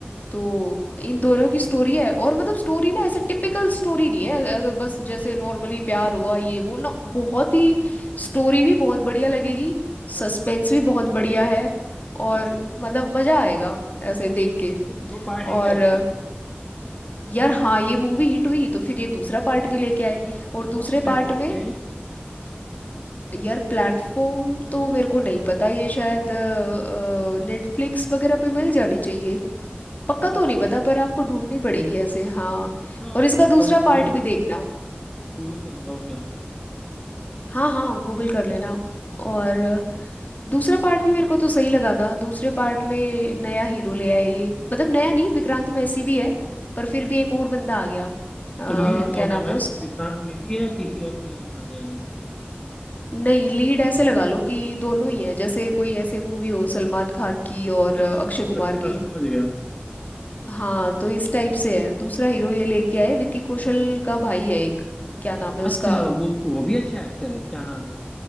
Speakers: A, on the left; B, on the left.
A: तो इन दोनों की स्टोरी है और मतलब स्टोरी ना ऐसे टिपिकल स्टोरी नहीं है अगर अगर बस जैसे नॉर्मली प्यार हुआ ये वो ना बहुत ही स्टोरी भी बहुत बढ़िया लगेगी
B: अच्छा
A: सस्पेंस भी बहुत बढ़िया है और
B: अच्छा
A: मतलब मज़ा आएगा ऐसे देख के
B: तो दो पार्ट
A: और
B: है क्या
A: अ,
B: इसका
A: यार हाँ ये मूवी हिट हुई तो फिर ये दूसरा पार्ट भी लेके आए
B: तो कौ-
A: और
B: कौन
A: दूसरे
B: से प्लेटफॉर्म
A: पार्ट
B: पे
A: में
B: है ये
A: यार प्लेटफॉर्म तो मेरे को नहीं पता ये शायद नेटफ्लिक्स वगैरह पे मिल जानी चाहिए पक्का तो
B: अच्छा
A: नहीं पता पर आपको ढूंढनी पड़ेगी ऐसे हाँ
B: हाँ
A: और इसका
B: कर देता
A: दूसरा
B: हूँ गूगल
A: पार्ट
B: कर
A: भी
B: लूंगा
A: देखना
B: मैं गूगल करूंगा और क्या
A: हाँ हाँ गूगल कर लेना और अ, दूसरा पार्ट भी मेरे को तो सही लगा था दूसरे पार्ट में नया हीरो ले आए ये मतलब नया नहीं विक्रांत मैसी भी है पर फिर भी एक और बंदा आ गया अ, क्या
B: तो लीड कौन
A: नाम
B: है मैं
A: है हम्म, उसका
B: विक्रांत मेसी है या किसी और को लीड बना दिया इन्होंने
A: नहीं लीड ऐसे लगा लो कि दोनों ही हैं जैसे कोई ऐसे मूवी हो सलमान खान की और अ,
B: अच्छा
A: अक्षय कुमार
B: अच्छा
A: की
B: समझ गया
A: हाँ तो इस टाइप से है दूसरा हीरो ये लेके आए विक्की कौशल का भाई है एक क्या नाम है उसका
B: अच्छा वो वो भी अच्छा एक्टर है क्या नाम है